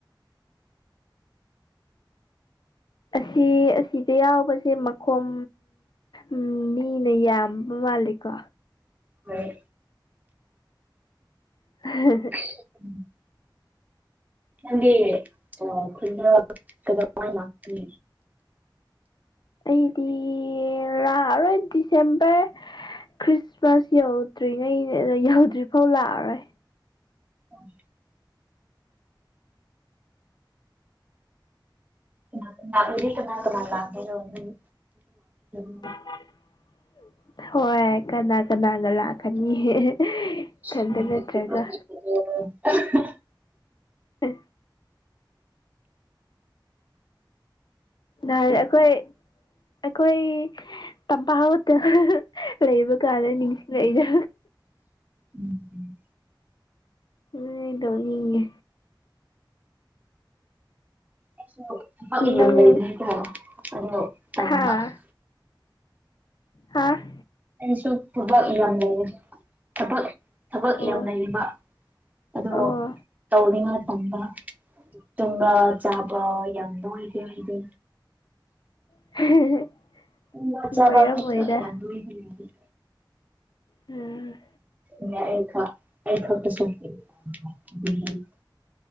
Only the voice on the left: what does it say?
ꯑꯁꯤ ꯑꯁꯤꯗ ꯌꯥꯎꯕꯁꯦ ꯃꯈꯣꯝ ꯎꯝ ꯃꯤꯅ ꯌꯥꯝꯕ ꯃꯥꯜꯂꯦꯀꯣ
<inaudible>
ꯑꯩꯗꯤ ꯂꯥꯛꯑꯔꯣꯏ ꯗꯤꯁꯦꯝꯕꯔ ꯈ꯭ꯔꯤꯁꯃꯥꯁ ꯌꯧꯗ꯭ꯔꯤꯉꯩꯅꯦ ꯑꯗꫭ ꯌꯧꯗ꯭ꯔꯤꯐꯥꯎ ꯂꯥꯛꯑꯔꯣꯏ
ꯎꯝ
<inaudible>
ꯍꯣꯏ ꯀꯅꯥ ꯀꯅꯥꯒ ꯂꯥꯛꯀꯅꯤ ꯏ-ꯊꯟꯇ
ꯅꯠꯇ꯭ꯔꯥꯒ
ꯑꯦ ꯅꯍꯥꯟ ꯑꯩꯈꯣꯏ ꯑꯩꯈꯣꯏ ꯇꯝꯄꯥꯛ ꯍꯣꯇꯦꯜ ꯂꯩꯕ ꯀꯥꯟꯗ ꯅꯤꯡꯁꯤꯡꯔꯛꯏꯗꯥ
ꯑꯩ ꯗꫭꯛꯅꯤꯡꯉꯦ
ꯅꯪ ꯍꯥꯥ ꯍꯥꯥ꯫
ꯑꯣ
ꯑꯣ
<unintelligible>
ꯅꯣꯏꯔꯝꯃꯣꯏꯗ
ꯎꯝ